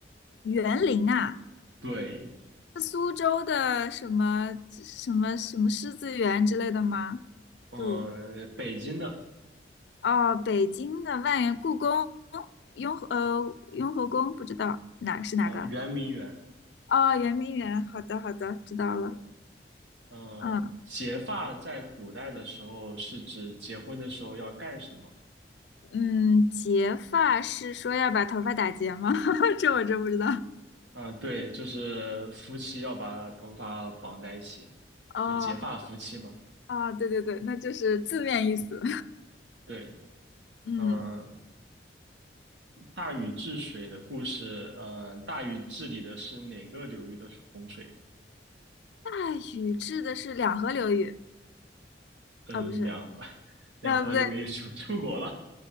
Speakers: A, on the left; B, on the right.
A: 园林啊，
B: 对，
A: 苏州的什么什么什么狮子园之类的吗？
B: 呃，
A: 就
B: 北京的，
A: 哦，北京的万源故宫、雍和呃雍和宫，不知道哪是哪个？
B: 呃，圆明园。
A: 哦，圆明园。好的，好的，知道了。
B: 好的，嗯，
A: 嗯
B: 结发在古代的时候是指结婚的时候要干什么？
A: 嗯，结发是说要把头发打结吗？<laughs> 这我真不知道。
B: 啊，对，就是夫妻要把头发绑在一起，
A: 哦，
B: 就结发夫妻嘛。
A: 好啊，对对对，那就是字面意思。
B: 对，
A: <laughs> 嗯，
B: 嗯，大禹治水的故事，嗯，大禹治理的是哪个流域的洪水？
A: 大禹治的是两河流域，
B: 嗯，
A: 啊，不是，
B: 两河 <laughs>，两河流域出出国了。
A: 呃，不对。